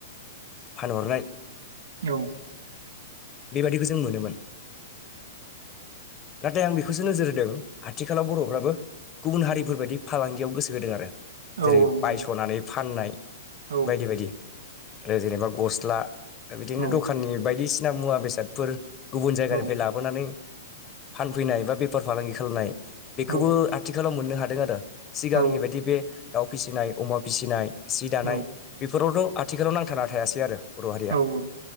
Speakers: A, on the left; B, on the right.
A: फानहरनाय
B: औ
A: बेबादिखौ जों मोनोमोन नाथाय आं बेखौसो नोजोर होदों आथिखालाव बर'फ्राबो गुबुन हारि बेफोरबायदि फालांगियाव गोसो होदों आरो
B: औ
A: जेरै बायस'नानै
B: औ
A: फाननाय
B: औ
A: बायदि बायदि जेनेबा गस्ला बिदिनो
B: औ
A: दखाननि बायदिसिना बसिना मुवा बेसादफोर गुबुन जायगानिफ्राय
B: औ
A: लाबोनानै फानफैनाय एबा बे बेफार फालांगि खालामनाय बेखौबो
B: औ
A: आथिखालाव मोननो हादों आरो सिगांनि
B: औ
A: बायदि बे दाउ फिसिनाय, अमा फिसिनाय, सि दानाय
B: औ
A: बेफोरावथ' आथिखालाव नांथा थायासै आरो बर' हारिया।
B: औ उम